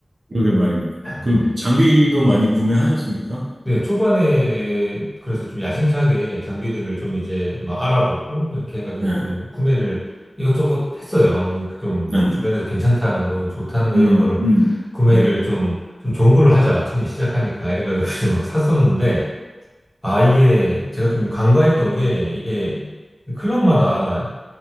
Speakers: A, on the right; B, in the centre.
A: 그러게 말입니다.
B: <laughs>
A: 그
B: 네.
A: 장비도 많이 구매하셨습니까?
B: 네, 초반에 그래서 좀 야심차게 장비들을 좀 이제 막 알아보고 이렇게 해가지고
A: 네,
B: 좀 구매를 이것저것 했어요. 그러니까 좀뭐
A: 네, 네.
B: 주변에서 괜찮다는 거, 좀 좋다는 거
A: 음,
B: 이런 거를
A: 음.
B: 구매를
A: 네.
B: 좀, 좀 좋은 걸로 하자. 처음에 시작하니까 이래가지고 <laughs> 이제 막 샀었는데 아, 이게 제가 좀 간과했던 게 이게 클럽마다